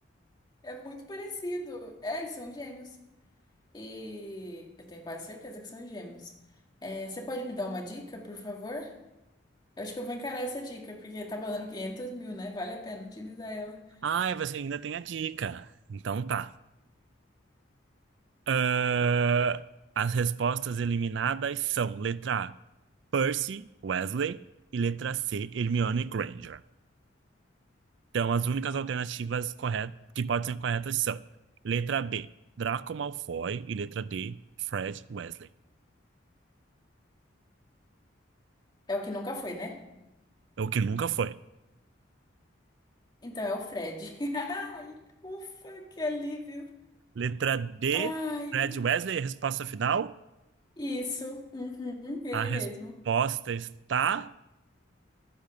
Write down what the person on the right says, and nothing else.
Ai, você ainda tem a dica. Então tá. Ah, as respostas eliminadas são letra A, Percy Wesley e letra C, Hermione Granger. Então as únicas alternativas corretas que podem ser corretas são letra B, Draco Malfoy e letra D, Fred Wesley.
É o que nunca foi.
Letra D,
Fred Wesley, resposta final.
A resposta
está